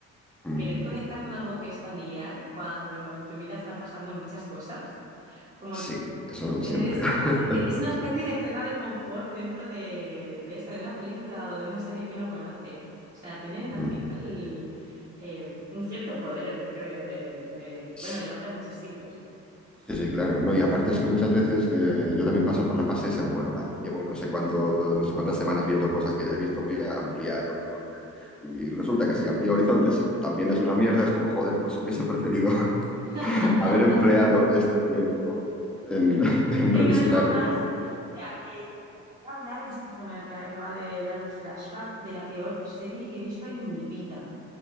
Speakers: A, in the centre; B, on the right.
A: Mm,
B: querer conectar con algo que es familiar cuando en tu vida están pasando muchas cosas, como
A: Sí, eso
B: tener
A: siempre.
B: ese,
A: <laughs>
B: e- e, es una especie de escena de confort dentro de, de eso, de una película o de una serie que uno conoce. O sea, tienen
A: Mm,
B: al final eh, un cierto poder, yo creo, de, de
A: s-
B: bueno, llevarte a muchos sitios.
A: Sí, sí, claro. No, y aparte es que muchas veces que yo también paso por la fase esa de, bueno, va, llevo no sé cuánto, no sé cuántas semanas viendo cosas que ya he visto, voy a ampliar horizontes. Y resulta que si amplío horizontes y también es una mierda, es como, joder, pues hubiese preferido <laughs>
B: <laughs>
A: haber empleado este tiempo en, <laughs> en
B: en
A: revisitarlo.
B: algo más. Mira, eh, te quería hablar, es que esto me, me acaba de dar un flashback de la peor serie que he visto en mi vida.